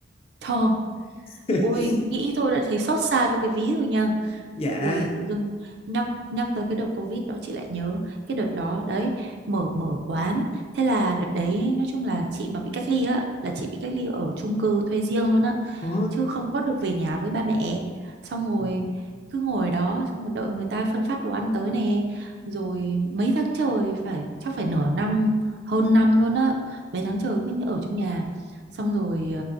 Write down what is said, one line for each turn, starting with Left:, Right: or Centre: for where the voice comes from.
Right: thôi
Left: <laughs>
Right: ui nghĩ thôi đã thấy xót xa cho cái ví rồi nha.
Left: Dạ.
Right: Ui tự dưng nhắc nhắc tới cái đợt Covid đó chị lại nhớ cái đợt đó đấy mở mở quán thế là đợt đấy nói chung là chị mà bị cách ly á là chị bị cách ly ở chung cư thuê riêng luôn á
Left: Ồ.
Right: chứ không có được về nhà với ba mẹ xong rồi
Left: Ồ.
Right: cứ ngồi đó xong rồi đợi người ta phân phát đồ ăn tới nè rồi mấy tháng trời phải chắc phải nửa năm hơn năm luôn á mấy tháng trời cứ ở trong nhà xong rồi